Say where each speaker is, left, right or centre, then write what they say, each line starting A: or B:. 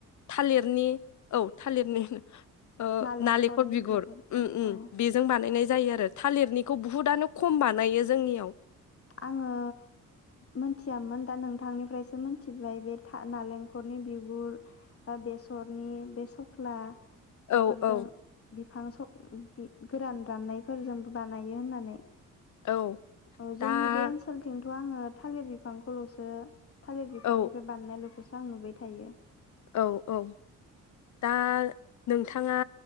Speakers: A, on the left (about 60°); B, on the left (about 45°).
A: थालिर नि औ थालिरनि ओ
B: नालेंखरनि
A: नालेंखर बिगुर
B: बिगुरजों
A: उम उम
B: औ
A: बेजों बानायनाय जायो बे‌ थालिरनि खौ बहुतआनो खम बानायो जोंनियाव
B: आंङो मिथियामोन दा नोंथांनिफ्रायसो मिथिबाय बे था नारेंखलनि बिगुर बा बेसरनि बे सख्ला बेफोरजों
A: औ औ
B: <unintelligible> गोरान राननायफोरजोंबो बानायो होननानै
A: औ।
B: औ
A: दा
B: जोंनि बे ओनसोलथिं थ‌ आंङो थालिर बिफांखौलसो थालिर बिफांनिफ्राय
A: औ
B: बानायनाय लोगोसे जां नुबाय थायो
A: औ औ दा नों नोंथांङा